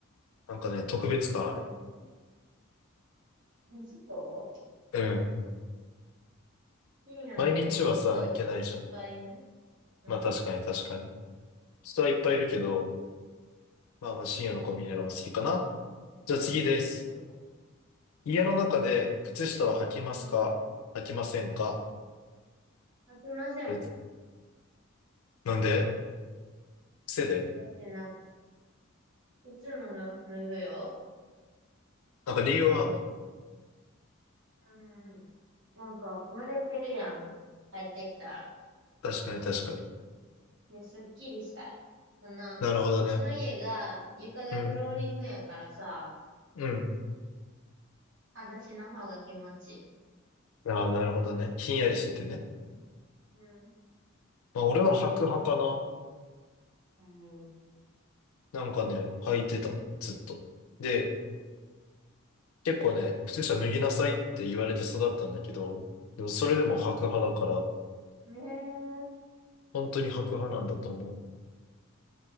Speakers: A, on the left; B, on the right.
A: なんかね、特別感ある。
B: なんでえ、そう
A: うん。
B: 深夜のコンビニ人いっぱいいない
A: 毎日はさ、行けないじゃん。
B: うん。
A: まあ確かに確かに。人はいっぱいいるけど、まあまあ深夜のコンビニの方が好きかな。じゃあ次です。
B: なるほど。
A: 家の中で靴下は履きますか履きませんか
B: うん。勝ちません。
A: えなんで癖で
B: だってな、いつもの脱ぐよ。
A: なんか理由はあんの
B: うん。なんか、蒸れてるやん。帰ってきたら。
A: 確かに確かに。
B: で、すっきりしたい。あの、
A: なるほどね。
B: うちの家が、床がフローリングやからさ、
A: うん。うん。
B: 裸足の方が気持ちいい。
A: ああ、なるほどね。ひんやりしててね。
B: うん。うん
A: まあ俺は履く派かな。
B: うん
A: なんかね、履いてた。ずっと。で、結構ね、靴下脱ぎなさいって言われて育ったんだけど、でもそれでも履く派だから、
B: ね
A: 本当に履く派なんだと思